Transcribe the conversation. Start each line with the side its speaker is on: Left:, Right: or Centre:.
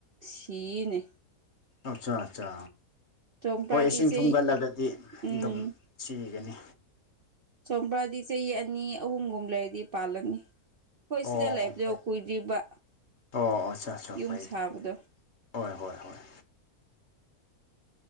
Right: ꯁꯤꯌꯦꯅꯦ
Left: ꯑꯆꯥ ꯑꯠꯆꯥ
Right: ꯆꯣꯝꯄ꯭ꯔꯥꯗꯤ
Left: ꯍꯣꯏ ꯏꯁꯤꯡ
Right: ꯆꯩ
Left: ꯊꯨꯝꯒꯠꯂꯒꯗꯤ
Right: ꯎꯝ
Left: ꯑꯗꯨꯝ ꯁꯤꯒꯅꯤ
Right: ꯆꯣꯝꯄ꯭ꯔꯥꯗꯤ ꯆꯍꯤ ꯑꯅꯤ ꯑꯍꯨꯝꯒꯨꯝ ꯂꯩꯔꯗꯤ ꯄꯥꯜꯂꯅꯤ ꯑꯩꯈꯣꯏ
Left: ꯑꯣ
Right: ꯁꯤꯗ ꯂꯩꯕꯗꯣ
Left: ꯑꯣ ꯐꯔꯦ ꯐꯔꯦ
Right: ꯀꯨꯏꯗ꯭ꯔꯤꯕ
Left: ꯑꯣ ꯑꯆꯥ ꯑꯆꯥ
Right: ꯌꯨꯝ
Left: ꯐꯩ
Right: ꯁꯥꯕꯗꯣ
Left: ꯐꯩ ꯑꯗꯨꯗꯤ ꯍꯣꯏ ꯍꯣꯏ ꯍꯣꯏ